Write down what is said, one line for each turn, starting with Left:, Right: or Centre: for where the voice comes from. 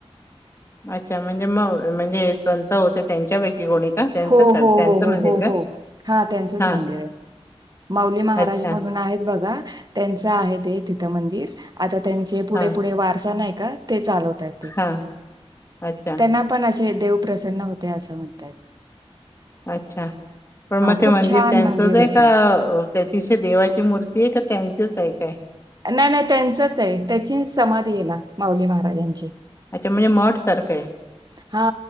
Left: अच्छा म्हणजे मग म्हणजे संत होते त्यांच्यापैकी कोणी का त्यांच
Right: हो
Left: त्यांचं
Right: हो हो हो
Left: मंदिर
Right: हो
Left: का
Right: हो हा त्यांचंच
Left: हा
Right: मंदिर आहे माऊली महाराज
Left: अच्छा
Right: म्हणून आहेत बघा त्यांच आहे ते तिथं मंदिर आता त्यांचे पुढे
Left: हा
Right: पुढे वारसा नाही का ते चालवतय ते
Left: हा अच्छा
Right: त्यांना पण असे देव प्रसन्न होते असं म्हणताय
Left: अच्छा पण मग ते
Right: खूप
Left: मंदिर
Right: छान
Left: त्यांचंच
Right: मंदिर
Left: आहे
Right: ते.
Left: का तिथ देवाची मूर्ती आहे का त्यांचीच का काय
Right: नाही नाही त्यांचच आहे त्याची समाधी आहे ना माऊली महाराजांची
Left: अच्छा म्हणजे मठ सारखं आहे
Right: हा